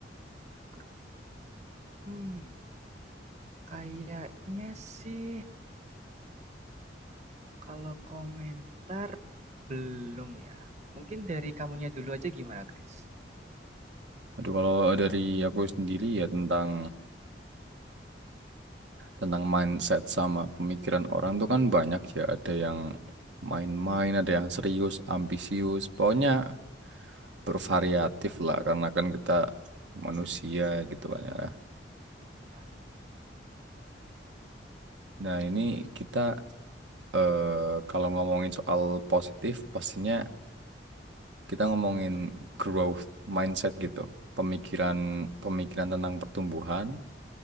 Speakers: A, on the right; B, on the right.
A: grup. Hmm, kayaknya sih kalau komentar belum ya. Mungkin dari kamunya dulu aja gimana, Chris?
B: Aduh, kalau dari aku sendiri ya tentang tentang mindset sama pemikiran orang tuh kan banyak ya. Ada yang main-main, ada yang serius, ambisius. Pokoknya bervariatif lah karena kan kita manusia gitu kan ya.
A: ya betul.
B: Nah ini kita eh, kalau ngomongin soal positif pastinya kita ngomongin growth mindset gitu. Pemikiran pemikiran tentang pertumbuhan